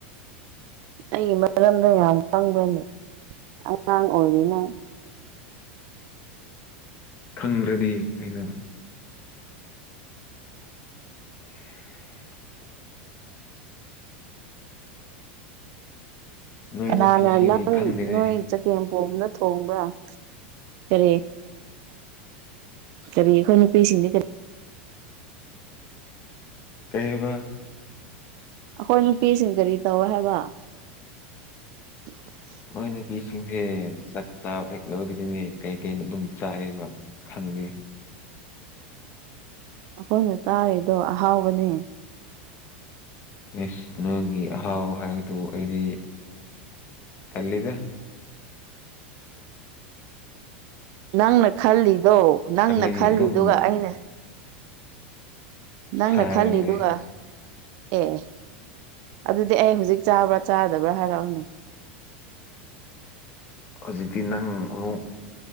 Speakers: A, on the right (about 55°); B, on the left (about 35°).
A: ꯑꯩꯒꯤ ꯃꯔꯝꯗ ꯌꯥꯝ ꯈꯪꯕ꯭ꯔꯅꯦ ꯑꯉꯥꯡ ꯑꯣꯏꯔꯤꯅꯪ
B: ꯈꯪꯗ꯭ꯔꯗꯤ ꯀꯩꯅꯣ <inaudible> ꯅꯣꯏ
A: ꯀꯅꯥꯅ
B: ꯅꯨꯄꯤꯁꯤꯡꯗꯤ
A: ꯅꯪ
B: ꯈꯪꯗꯦꯅꯦ
A: ꯅꯣꯏ ꯆꯒꯦꯝꯄꯣꯝꯕꯗ ꯊꯣꯡꯕ꯭ꯔꯥ ꯀꯔꯤ ꯀ꯭ꫪꯤ ꯑꯩꯈꯣꯏ ꯅꯨꯄꯤ ꯁꯤꯡꯗꯤ ꯀ꯭ꫪꯤ
B: ꯀꯩꯕ
A: ꯑꯩꯈꯣꯏ ꯅꯨꯄꯤꯁꯤꯡ ꯀꯔꯤ ꯇꯧꯋꯦ ꯍꯥꯏꯕ <unintelligible>
B: ꯃꯣꯏ ꯅꯨꯄꯤꯁꯤꯡꯁꯦ ꯆꯥꯛ ꯆꯥꯕ ꯍꯦꯛ ꯂꯧꯔꯤꯗꯨꯅꯦ ꯀꯩ ꯀꯩꯅꯣ ꯑꯗꯨꯝ ꯆꯥꯏꯕ ꯈꯪꯗꯦ
A: ꯑꯩꯈꯣꯏꯅ ꯆꯥꯔꯤꯗꯣ ꯑꯍꯥꯎꯕꯅꯦ
B: ꯑꯦꯁ ꯅꯣꯏꯒꯤ ꯑꯍꯥꯎ ꯍꯥꯏꯕꯗꯨ ꯑꯩꯗꯤ ꯀꯜꯂꯤꯗ
A: ꯅꯪꯅ ꯈꯜꯂꯤꯗꯣ ꯅꯪꯅ
B: ꯅꯪꯒꯤꯗꯤ
A: ꯈꯜꯂꯤꯗꯨꯒ
B: ꯑꯗꯨꯝ
A: ꯑꯩꯅ
B: ꯁꯥꯏꯔꯒ
A: ꯅꯪꯅ ꯈꯜꯂꯤꯗꯨꯒ
B: ꯂꯩ
A: ꯑꯦ ꯑꯗꯨꯗꯤ ꯑꯩ ꯍꯧꯖꯤꯛ ꯆꯥꯕ꯭ꯔꯥ ꯆꯥꯗꯕ꯭ꯔꯥ ꯍꯥꯏꯔꯛꯎꯅꯦ
B: ꯍꯧꯖꯤꯛꯇꯤ ꯅꯪ ꯑꯃꯨꯛ